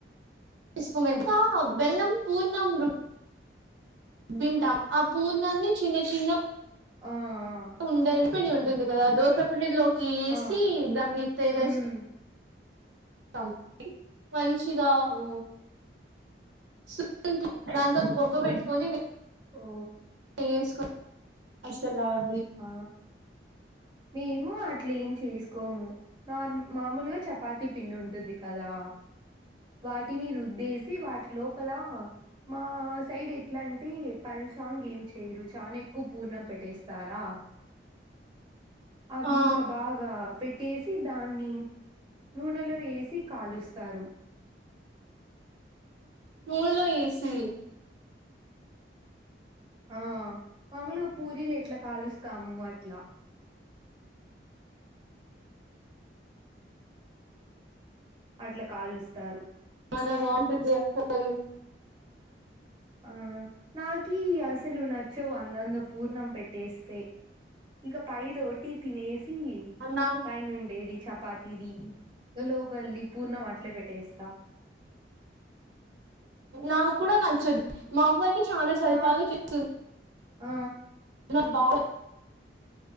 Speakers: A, on the right; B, on the right.
A: <unintelligible> కా బెల్లం పూర్ణం రుబ్బింటాం ఆ పూర్ణాన్ని చిన్న చిన్న.
B: ఆ అ.
A: ఉండలు పిండి ఉంటుంది కద దోశ పిండిద్లొ కేసి
B: ఆ
A: దాన్ని తేలేస్
B: ఉమ్
A: టం టి. మంచిగా
B: ఓ
A: <unintelligible> దాంతో బొక్క పెట్కోని.
B: ఓ
A: ఏస్కొ అసలాగ్
B: ఆ మేము అట్లేం చేస్కోము నార్ మామూల్గా చపాతి పిండింటుంది కదా వాటిని రుద్దేసి వాటి లోపల మా. సైడెట్లంటె పల్చాంగేం చెయ్రు చాన ఎక్కువ పూర్ణం పెట్టేస్. రా అవి
A: ఆ
B: ఇంక బాగా. పెట్టేసి దాన్ని నూనెలొ యేసి కాలుస్తారు.
A: మూల్లో ఏసి
B: ఆ మామూల్గ పూరీలెట్ల కాలుస్తాము అట్ల. అట్ల కాలుస్తారు.
A: చానా బాంటుంది. <unintelligible>
B: ఆ నాకి అసలు నచ్చవు అందంద పూర్ణం పెట్టేస్తే ఇంక. పై దోటి తినేసి
A: నా
B: పైనుండేది చప్. పాతీది గ లోపల్ది పూర్ణం అట్లె పెట్టేస్త.
A: నాక్కూడ నచ్చద్ మావ్వై యి చానా చల్పాగా
B: మాక్
A: చే. <unintelligible>
B: ఆ
A: ఉ <unintelligible> బా